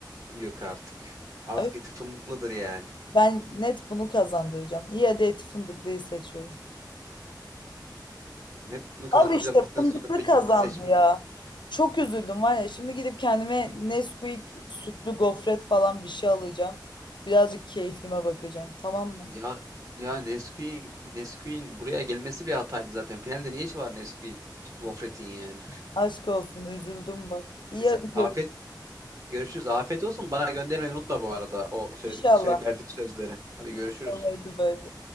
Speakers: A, on the right; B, on the left.
A: Yok artık. Artık
B: Abi
A: eti fındıklıdır yani.
B: ben net bunu kazandıracağım. İyi hadi eti fındıklıyı seçiyorum.
A: Net bunu kazandıracağım
B: Al işte
A: dedikten
B: fındıklı
A: sonra peki
B: kazandı
A: onu seçme.
B: ya. Çok üzüldüm var ya. Şimdi gidip kendime Nesquik sütlü gofret falan bir şey alacağım. Birazcık keyfime bakacağım. Tamam mı?
A: Ya ya Nesquik'in Nesquik'in buraya gelmesi bir hataydı zaten. Finalde ne işi var Nesquik gofretin yani.
B: Aşk olsun üzüldüm bak.
A: <laughs>
B: İyi
A: Neyse
B: hadi
A: afet
B: görüşürüz.
A: görüşürüz. Afiyet olsun. Bana göndermeyi unutma bu arada o söyledik,
B: İnşallah.
A: söyle, verdiğim sözleri. Hadi
B: İnşallah
A: görüşürüz.
B: hadi bay bay.